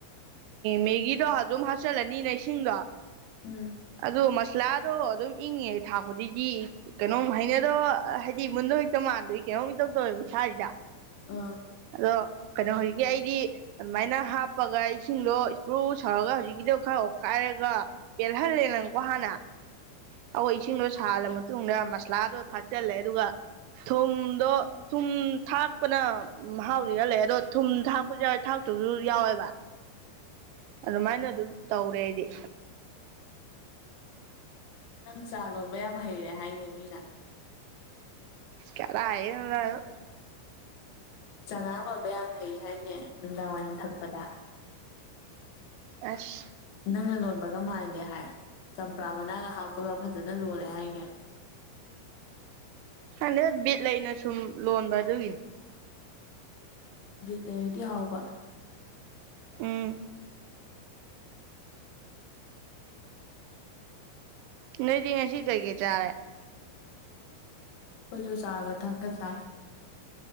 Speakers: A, on the right (about 85°); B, on the left (about 65°).
A: ꯃꯦꯒꯤꯗꯣ ꯑꯗꯨꯝ ꯍꯥꯞꯆꯤꯜꯂꯅꯤꯅꯦ ꯏꯁꯤꯡꯗꯣ
B: ꯎꯝ
A: ꯑꯗꯨ ꯃꯁꯂꯥꯗꯣ ꯑꯗꯨꯝ ꯏꯪꯉꯦ ꯊꯥ ꯈꯨꯗꯤꯡꯒꯤ ꯀꯩꯅꯣꯝ ꯍꯩꯅꯗꯕ ꯍꯥꯏꯗꯤ ꯃꯨꯟꯗ ꯍꯖꯤꯦꯛꯇ ꯃꯥꯟꯗꯒꯤ ꯀꯩꯅꯣꯝ ꯇꯧ ꯇꯧꯋꯦꯕ ꯏꯁꯥꯁꯤꯗ
B: ꯑ
A: ꯑꯗꯣ ꯀꯩꯅꯣ ꯍꯧꯖꯤꯛꯀꯤ ꯑꯩꯗꯤ ꯑꯗꯨꯃꯥꯏꯅ ꯍꯥꯞꯄꯒ ꯏꯁꯤꯡꯗꯣ ꯏꯁꯄ꯭ꯔꯨ ꯁꯧꯔꯒ ꯍꯧꯖꯤꯛꯀꯤꯗꯣ ꯈꯔ ꯑꯣꯈꯥꯏꯔꯒ ꯌꯦꯜꯍꯜꯦ ꯅꯪꯒꯣ ꯍꯥꯅ ꯑꯩꯈꯣꯏ ꯏꯁꯤꯡꯗꯣ ꯁꯥꯜꯂ ꯃꯇꯨꯡꯗ ꯃꯁꯂꯥꯗꯣ ꯊꯥꯛꯆꯜꯂꯦ ꯑꯗꯨꯒ ꯊꯨꯝꯗꯣ ꯊꯨꯝ ꯊꯥꯛꯄꯅ ꯎ ꯍꯥꯎꯗꯤꯔ ꯂꯩ ꯑꯗꯣ ꯊꯨꯝ ꯊꯥꯛꯄꯁꯨ ꯌꯥꯎꯋꯦ ꯊꯥꯛꯁꯨ ꯌꯥꯎꯋꯦꯕ ꯑꯗꯨꯃꯥꯏꯅ ꯑꯗꯨꯝ ꯇꯧꯔꯦ ꯑꯩꯗꯤ
B: ꯅꯪ ꯆꯥ ꯂꯣꯟꯕ ꯌꯥꯝ ꯍꯩꯔꯦ ꯍꯥꯏꯅꯦ ꯃꯤꯅ
A: ꯀꯗꯥꯏꯗꯩꯅ‌ꯣꯗ ꯗꯗ‌ꯣ
B: ꯆꯉꯥꯡ ꯂꯣꯟꯕ ꯌꯥꯝ ꯍꯩ ꯍꯥꯏꯅꯦ ꯅꯨꯡꯗꯥꯡ ꯋꯥꯏꯔꯝ ꯊꯛꯄꯗ
A: ꯑꯁ
B: ꯅꯪꯅ ꯂꯣꯟꯕꯒ ꯃꯥꯟꯂꯦ ꯍꯥꯏ ꯆꯝꯄ꯭ꯔꯥ ꯃꯅꯥꯒ ꯍꯥꯞꯄꯒ ꯐꯖꯅ ꯂꯣꯜꯂꯦ ꯍꯥꯏꯅꯦ
A: ꯍꯗ ꯕꯤꯠ ꯂꯩꯅ ꯁꯨꯝ ꯂꯣꯟꯕ ꯑꯗꯨꯒꯤꯅꯤ
B: ꯕꯤꯠ ꯂꯩꯔꯗꯤ ꯍꯥꯎꯕ
A: ꯎꯝ ꯅꯣꯏꯗꯤ ꯉꯁꯤ ꯀꯩ ꯀꯩ ꯆꯥꯔꯦ
B: ꯑꯩꯈꯣꯏꯁꯨ ꯆꯥꯒ ꯇꯟꯒ ꯆꯥꯏ